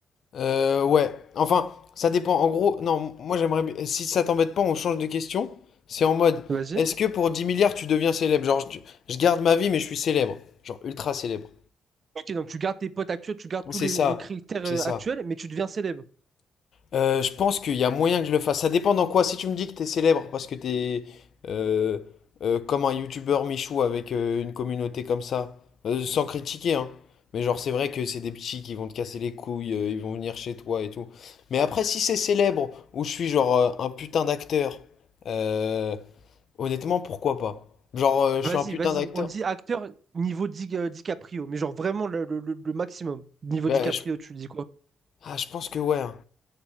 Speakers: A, on the left; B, on the right.
A: Euh, ouais. Enfin, ça dépend. En gros, non, moi, j'aimerais. bi- Si ça t'embête pas, on change de question. C'est en mode,
B: Vas-y.
A: est-ce que pour 10 milliards, tu deviens célèbre? Genre, je, je garde ma vie, mais je suis célèbre. Genre, ultra célèbre.
B: Ok, donc tu gardes tes potes actuels, tu gardes tous
A: C'est
B: les,
A: ça.
B: les critères
A: C'est
B: euh,
A: ça.
B: actuels, mais tu deviens célèbre.
A: Euh, je pense qu'il y a moyen que je le fasse. Ça dépend dans quoi. Si tu me dis que t'es célèbre parce que t'es euh, euh, comme un youtubeur Michou avec euh, une communauté comme ça, euh, sans critiquer, hein. Mais genre c'est vrai que c'est des petits qui vont te casser les couilles, euh, ils vont venir chez toi et tout. Mais après si c'est célèbre ou je suis genre euh, un putain d'acteur, euh, honnêtement pourquoi pas? Genre euh, je
B: Vas-y,
A: suis un putain
B: vas-y.
A: d'acteur.
B: On dit acteur niveau Di- euh, DiCaprio, mais genre vraiment le, le- le- le maximum. Niveau
A: Ben
B: DiCaprio,
A: je,
B: tu dis quoi?
A: ah, je pense que ouais. hein.